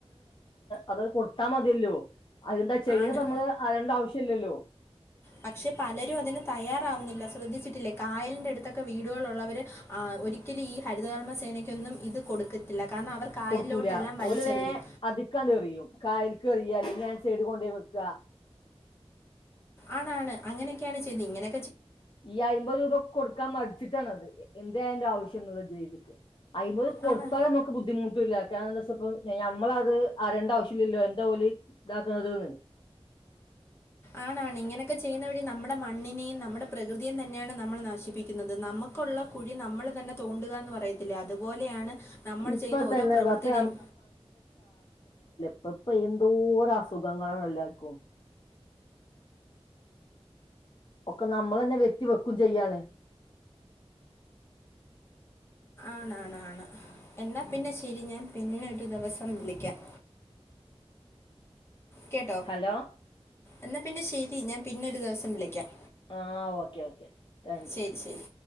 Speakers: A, on the left; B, on the left.
A: അതങ്ങ് കൊടുത്താ മതിയല്ലോ അതെന്താ ചെെ
B: ആണ്
A: നമ്മള് അലേണ്ട ആവശ്യല്ലല്ലോ
B: പക്ഷെ പലരും അതിന് തയ്യാറാവുന്നില്ല ശ്രദ്ധിച്ചിട്ടില്ലേ കായലിന്റടുത് ക്കെ വീടുകളുള്ളവര് ഒരിക്കലും ഈ ഹരിതകർമ്മ സേനയ്ക്കൊന്നും ഇത് കൊടുക്കത്തില്ല കാരണം അവർ കായലിലോട്ടെല്ലാം
A: കൊടുക്കൂല
B: വലിച്ചെറിയും
A: ഓല് നേ അതിക്കാണ്ട് എറിയും കായൽക്ക് എറിയും <unintelligible> ഞാൻ സൈഡി കൊണ്ടോയി വെക്ക
B: ആണാണ് അങ്ങനൊക്കെയാണ് ചെയ്ത് ഇങ്ങനെ
A: ഈ അയ്മ്പത് രൂപ കൊടുക്കാൻ മടിച്ചിട്ടാണത് എന്ത് അതിന്റെ ആവശ് ജ് ഒന്നൂടെ <unintelligible> അയ്മ്പ കൊട്ത്താലും
B: ആണ്
A: നമ്മക്ക് ബുദ്ധിമുട്ടില്ല ന്നാച്ചപ്പം ഞമ്മളത് അറേണ്ട ആവശ്യല്ലല്ലോ എന്താ ഓല് ഇതാക്കുന്നതെന്ന്
B: ആണാണ് ഇങ്ങനെയൊക്കെ ചെയ്യുന്ന വഴി നമ്മുടെ മണ്ണിനെയും നമ്മുടെ പ്രകൃതിയും തന്നെയാണ് നമ്മൾ നശിപ്പിക്കുന്നത്. നമുക്കുള്ള കുഴി നമ്മൾ തന്നെ തോണ്ടുകാന്ന് പറയത്തില്ലെ അതുപോലെയാണ് നമ്മൾ
A: ഇപ്പൊ
B: ചെയ്യുന്ന ഓരോ
A: തന്നെ
B: പ്രവൃത്തിടെയും
A: ദാ ഇപ്പൊ പ്പം ഇപ്പ എന്തോരം അസുഖങ്ങളാണ് എല്ലാർക്കും ഒക്കെ നമ്മളന്നെ വെര്ത്തി വെക്കും ചെയ്യാണ്.
B: ആണാണ് ആണ്. എന്നാൽ പിന്നെ ശരി ഞാൻ പിന്നെ ഒരു ദിവസം വിളിക്കാം. കേട്ടോ.
A: ഹലോ
B: എന്നാ പിന്നെ ശരി ഞാൻ പിന്നൊരു ദിവസം വിളിക്കാം.
A: ആ ഓക്കെ ഓക്കെ റ്റാങ്ക്യു.
B: ശരി ശരി